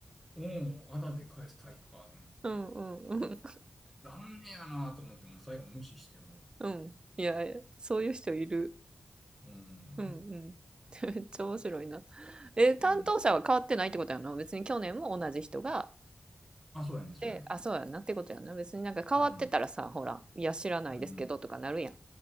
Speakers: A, in the centre; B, on the right.
A: 恩をあだで返すタイプかと思って。
B: うんうんうん。
A: 残念やなと思って、もう最後無視してもう。
B: うん。いやいや、そういう人いる。
A: うん。
B: うんうん。めっちゃ面白いな。え、担当者は変わってないってことやな。
A: うん。
B: 別に去年も同じ人が。
A: あ、そうやね、そうやね。
B: で、あ、そうやなってことやな。別になんか変わってたらさ、
A: うん。
B: ほら、いや、知らないですけどとかなるやん。
A: うんうん。